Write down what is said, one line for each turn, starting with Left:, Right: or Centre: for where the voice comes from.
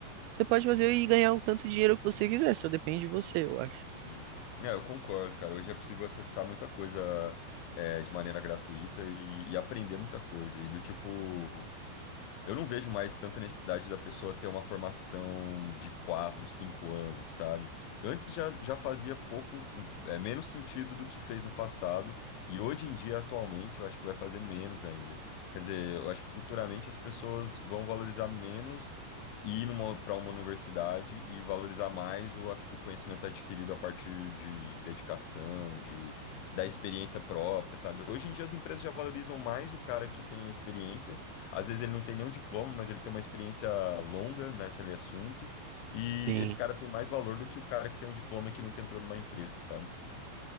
Right: você pode fazer e ganhar o tanto de dinheiro que você quiser, só depende de você, eu acho.
Left: Uhum. É, eu concordo, cara. Hoje é possível acessar muita coisa é, de maneira gratuita e, e aprender muita coisa. E do tipo, eu não vejo mais tanta necessidade da pessoa ter uma formação de 4, 5 anos, sabe? Antes já, já fazia pouco, um, é, menos sentido do que fez no passado, e hoje em dia, atualmente, eu acho que vai fazer menos ainda. Quer dizer, eu acho que futuramente as pessoas vão valorizar menos ir para uma universidade e valorizar mais o, a- o conhecimento adquirido a partir de dedicação, de, da experiência própria, sabe? Hoje em dia as empresas já valorizam mais o cara que tem a experiência às vezes ele não tem nenhum diploma, mas ele tem uma experiência longa naquele assunto. E
Right: Sim.
Left: esse cara tem mais valor do que o cara que tem um diploma e que nunca entrou numa empresa, sabe?